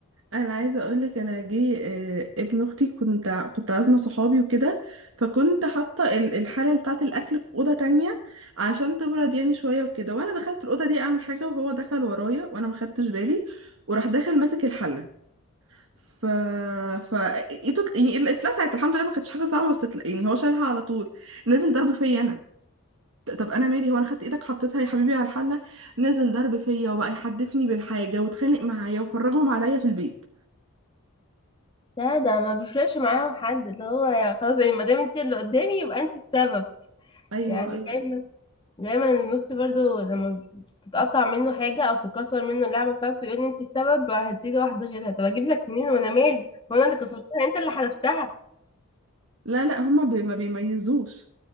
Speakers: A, on the right (about 65°); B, on the left (about 20°).
A: انا عايزه اقول لك انا جه آه، ابن اختي كنت ع- كنت عازمه صحابي وكده فكنت حاطه ال- الحله بتاعه الاكل في اوضه تانية عشان تبرد يعني شويه وكده وانا دخلت الاوضه دي اعمل حاجه وهو دخل ورايا وانا ما خدتش بالي وراح داخل ماسك الحله ف ف ايده ات- يعني اتلسعت الحمد لله ما كانتش حاجه صعبه بس اتل- يعني هو شالها على طول نزل ضرب فيا انا طب انا مالي هو انا خدت ايدك حطيتها يا حبيبي على الحله نزل ضرب فيا وبقى يحدفني بالحاجه واتخانق معايا وفرجهم عليا في البيت
B: لا ده ما بيفرقش معاهم حد اللي هو يعني خلاص يعني ما دام انت اللي قدامي يبقى انت السبب
A: ايوه
B: يعني
A: ايوه
B: دايما دايما ابن اختي برضو لما تتقطع منه حاجه او تكسر منه اللعبه بتاعته يقول لي انت السبب هتيجي واحده غيرها طب اجيب لك منين وانا مالي هو انا اللي كسرتها انت اللي حلفتها
A: لا لا هما بي ما بيميزوش